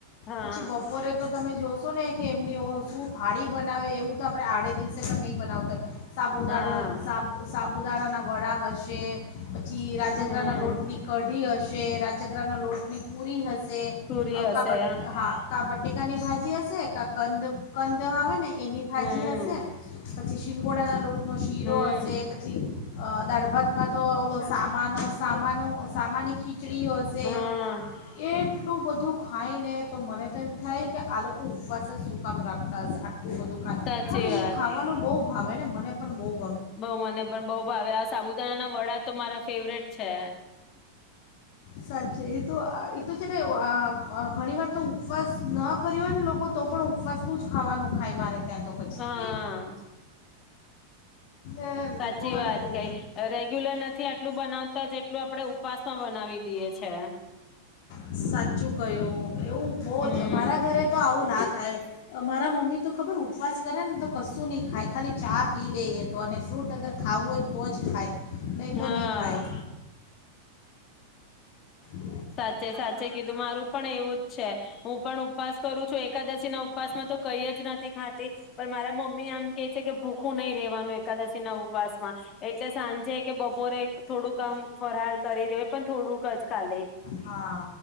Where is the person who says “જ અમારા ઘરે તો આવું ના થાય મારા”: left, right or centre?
Left